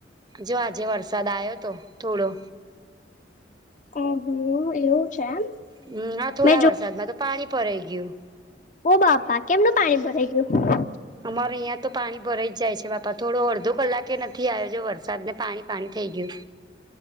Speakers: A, on the right; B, on the left.
A: જો આજે વરસાદ આવ્યો તો થોડો.
B: ઓહો! એવું છે એમ!
A: હમ્મ. આ થોડા
B: મેં જો
A: વરસાદમાં તો પાણી ભરાઈ ગયું.
B: ઓહ બાપા! કેમનું પાણી ભરાઈ ગયું?
A: અમારે અહીંયાં તો પાણી ભરાઈ જ જાય છે બાપા. થોડો અડધો કલાકે નથી આયો જો વરસાદ, ને પાણી-પાણી થઈ ગયું.